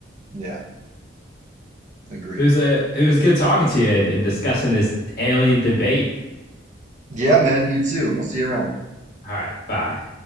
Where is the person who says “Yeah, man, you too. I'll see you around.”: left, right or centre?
Right